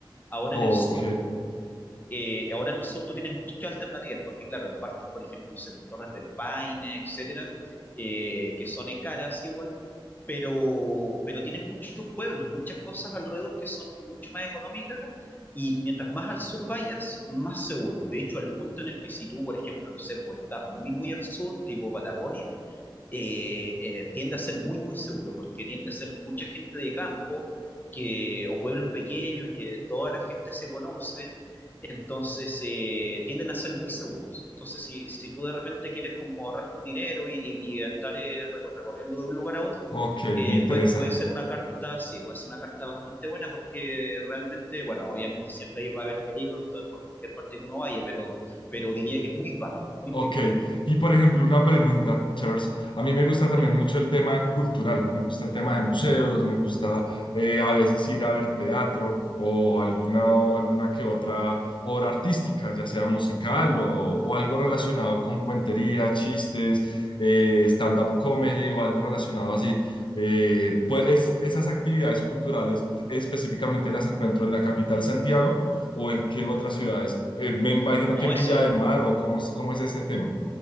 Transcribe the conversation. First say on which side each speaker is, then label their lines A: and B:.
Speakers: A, on the left (about 20°); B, on the left (about 70°).
A: Ahora
B: ok,
A: en el sur, eh, ahora en el sur tú tienes muchas alternativas, porque claro, hay partes, por ejemplo, no sé, pues, Torres del Paine, etcétera, eh, que son eh, caras igual, pero, pero tienes muchos pueblos, muchas cosas alrededor que son mucho más económicas y mientras más al sur vayas, más seguro. De hecho, al punto en el que si tú, por ejemplo, no sé, pues estás muy, muy al sur, tipo Patagonia, eh, eh, tiende a ser muy, muy seguro, porque tiende a ser mucha gente de campo que, o pueblos pequeños que toda la gente se conoce entonces eh, tienden a ser muy seguros. Entonces, si, si tú de repente quieres como ahorrarte un dinero y, y- y estar eh, recor- recorriendo de un lugar a otro,
B: ok,
A: eh,
B: me interesa.
A: puede, puede ser una carta, sí, puede ser una carta bastante buena porque realmente, bueno, obviamente siempre ahí va a haber peligro en todo- por cualquier parte que uno vaya, pero, pero diría que es muy bajo, muy,
B: Ok,
A: muy bajo.
B: y por ejemplo, una pregunta, Charles. A mí me gusta
A: Ya.
B: también mucho el tema cultural, me gusta el tema de museos, me gusta eh, a veces ir a ver teatro o alguna, alguna que otra obra artística, ya sea musical o, o algo relacionado con cuentería, chistes, eh, stand-up comedy o algo relacionado así. Eh, pues es- esas actividades culturales específicamente las encuentro en la capital Santiago o en qué otras ciudades? Eh, me imagino
A: No,
B: que en
A: eso,
B: Villa del Mar o cómo, es- cómo es ese tema